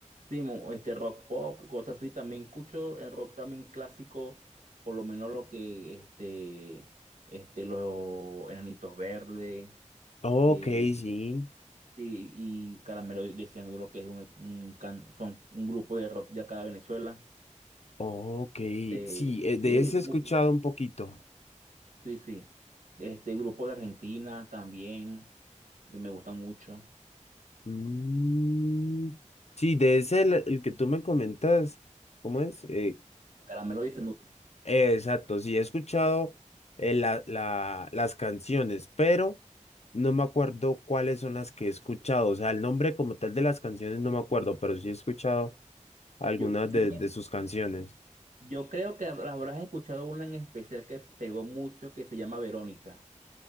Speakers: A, on the right (about 85°); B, on the left (about 55°).
A: Sí, mo- este rock pop, cosas así, también escucho el rock también clásico, por lo menos lo que, este, este, los Enanitos Verdes,
B: Ok,
A: que,
B: sí.
A: sí, y Caramelo de Cianuro, que es un, un can- son un grupo de rock de acá de Venezuela.
B: Ok,
A: Este,
B: sí, eh,
A: sí,
B: de ese he escuchado
A: mu-
B: un poquito.
A: sí, sí, este grupo de Argentina también, que me gustan mucho.
B: Mm, sí, de ese el, el que tú me comentas, ¿cómo es? Eh,
A: Caramelo de Cianuro.
B: Eh, Exacto, sí, he escuchado eh, la- la- las canciones, pero no me acuerdo cuáles son las que he escuchado. O sea, el nombre como tal de las canciones no me acuerdo, pero sí he escuchado algunas
A: Yo, yo,
B: de,
A: me-
B: de sus canciones.
A: yo creo que hab- habrás escuchado una en especial que pegó mucho que se llama Verónica,